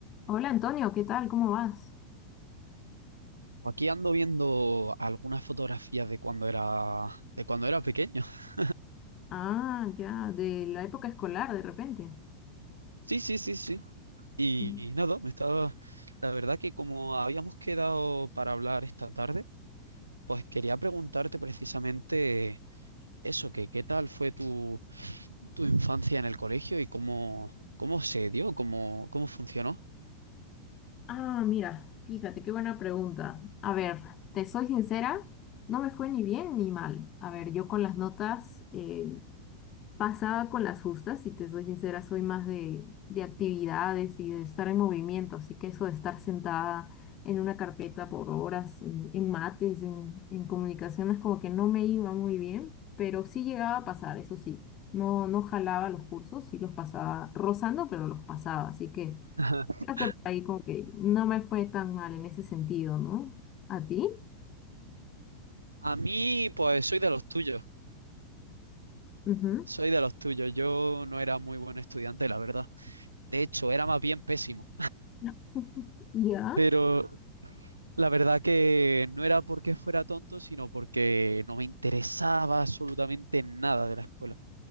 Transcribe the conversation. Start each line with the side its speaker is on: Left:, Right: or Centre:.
Left: Hola Antonio, ¿qué tal? ¿Cómo vas?
Right: Pues Aquí ando viendo algunas fotografías de cuando era, de cuando era pequeño. <laughs>
Left: Ah, ya, de la época escolar de repente.
Right: Sí, sí, sí, sí. Y
Left: Mm.
Right: nada, me estaba. La verdad que como habíamos quedado para hablar esta tarde, pues quería preguntarte precisamente eso, que qué tal fue tu, tu infancia en el colegio y cómo, cómo se dio, cómo, cómo funcionó.
Left: Ah, mira, fíjate, qué buena pregunta. A ver, te soy sincera, no me fue ni bien ni mal. A ver, yo con las notas eh, Pasaba con las justas, si te soy sincera, soy más de, de actividades y de estar en movimiento, así que eso de estar sentada en una carpeta por horas, en, en mates, en, en comunicaciones, como que no me iba muy bien, pero sí llegaba a pasar, eso sí, no, no jalaba los cursos, sí los pasaba rozando, pero los pasaba, así que
Right: <laughs>
Left: creo que ahí como que no me fue tan mal en ese sentido, ¿no? ¿A ti?
Right: A mí, pues soy de los tuyos,
Left: Ujú.
Right: soy de los tuyos. Yo no era muy buen estudiante, la verdad. De hecho, era más bien pésimo.
Left: <laughs> Ya,
Right: Pero La verdad que no era porque fuera tonto, sino porque no me interesaba absolutamente nada de la escuela.